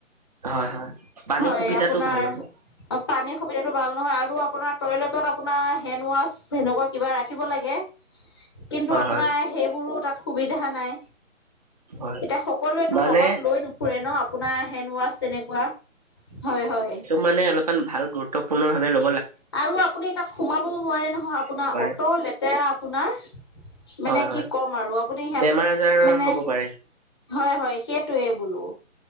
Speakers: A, on the right; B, on the left.
A: হয় হয় পানীৰ
B: হয়
A: সুবিধাটো
B: আপোনাৰ
A: ভাল নহয়।
B: অ পানীৰ সুবিধাটো ভাল নহয়। আৰু আপোনাৰ টয়লেটত আপোনাৰ হেণ্ড ৱাছ সেনেকুৱা কিবা ৰাখিব লাগে। কিন্তু
A: হয়
B: আপোনাৰ
A: হয়
B: সেইবোৰো তাত সুবিধা নাই।
A: হয়
B: এতিয়া সকলোৱেতো
A: মানে
B: লগত লৈ নুফুৰে ন আপোনাৰ হেড ৱাছ তেনেকুৱা হয় হয়।
A: মনে অলপমান ভাল গুৰুত্ত্বপূৰ্ণ ভাবে লো
B: আৰু আপুনি তাত সোমাবও নোৱাৰে নহয় আপোনাৰ
A: চৰকাৰে।
B: অট লেতেৰা আপোনাৰ। মানে
A: হয় হয়
B: কি ক'ম আৰু আপুনি হেট
A: বেমাৰ আজাৰ
B: মানে
A: হ'ব
B: হয়
A: পাৰে
B: হয় সেইটোৱে বোলো,